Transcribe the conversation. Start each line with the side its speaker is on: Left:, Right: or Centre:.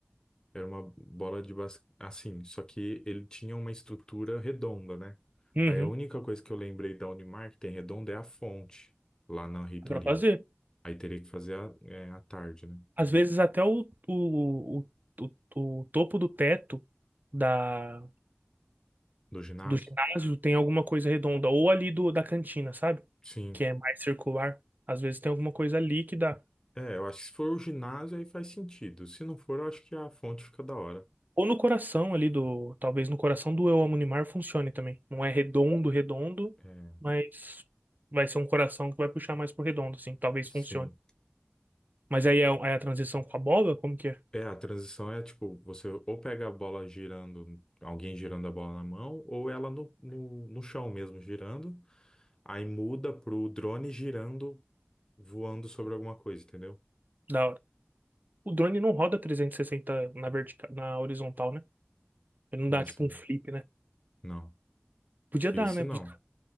Left: era uma bola de basquete, assim, só que ele tinha uma estrutura redonda, né?
Right: Uhum,
Left: Aí a única coisa que eu lembrei da Unimar que tem redonda é a fonte, lá na reitoria.
Right: dá pra fazer.
Left: Aí teria que fazer a, é, à tarde, né?
Right: Às vezes até o, o, o, o- o topo do teto da,
Left: Do ginásio?
Right: do ginásio tem alguma coisa redonda, ou ali do, da cantina, sabe?
Left: Sim.
Right: Que é mais circular. Às vezes tem alguma coisa líquida.
Left: É, eu acho que se for o ginásio aí faz sentido. Se não for, eu acho que a fonte fica da hora.
Right: Ou no coração ali do. Talvez no coração do Eu Amo Neymar funcione também. Não é redondo, redondo,
Left: É,
Right: mas vai ser um coração que vai puxar mais pro redondo, assim. Talvez
Left: sim.
Right: funcione. Mas aí é, é a transição com a bola? Como que é?
Left: É, a transição é tipo, você ou pega a bola girando, alguém girando a bola na mão, ou ela no, no, no chão mesmo girando, aí muda pro drone girando, voando sobre alguma coisa, entendeu?
Right: Da hora. O drone não roda 360 na vertical, na horizontal, né? Ele
Left: Como
Right: não dá
Left: assim?
Right: tipo um flip, né?
Left: Não.
Right: Podia
Left: Esse
Right: dar, né?
Left: não.
Right: Podia,